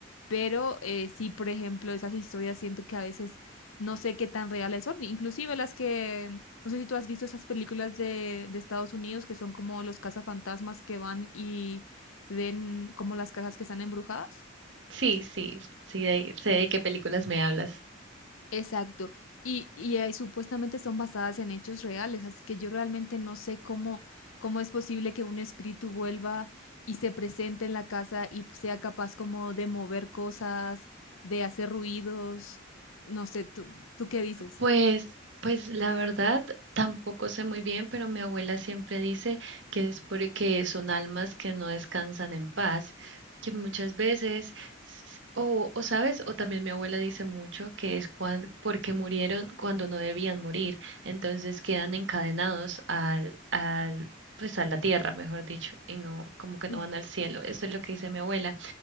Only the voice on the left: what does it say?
pero eh, sí, por ejemplo, esas historias siento que a veces no sé qué tan reales son, inclusive las que, no sé si tú has visto esas películas de, de Estados Unidos que son como los cazafantasmas que van y ven como las casas que están embrujadas.
Exacto. Y, y eh, supuestamente son basadas en hechos reales, así que yo realmente no sé cómo, cómo es posible que un espíritu vuelva y se presente en la casa y sea capaz como de mover cosas, de hacer ruidos. No sé, ¿tú, tú qué dices?
Sí,